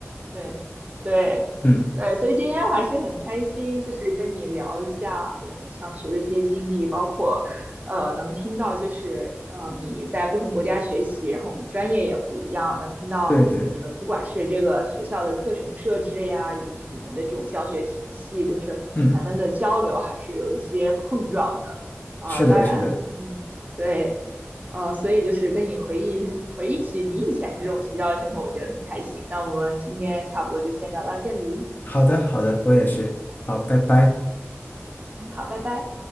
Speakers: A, on the right; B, on the left.
A: 对对对，
B: <laughs> 嗯，
A: 所以今天还是很开心，就是跟你聊一下我们上学的这些经历，包括呃能听到就是呃你在不同国家学习，然后我们专业也不一样，能听到你们不管是这个学校的课程设置呀，
B: 对对。
A: 以及你们的这种教学体系，就是咱们的交流还是有一些碰撞的。
B: 嗯。
A: 呃，
B: 是的，
A: 当然，
B: 是的，
A: 嗯，对。呃，所以就是跟你回忆回忆起你以前这种学校的生活，我觉得很开心。那我们今天差不多就先聊到这里，
B: 好的，好的，我也是，好，拜拜。
A: 嗯，好，拜拜。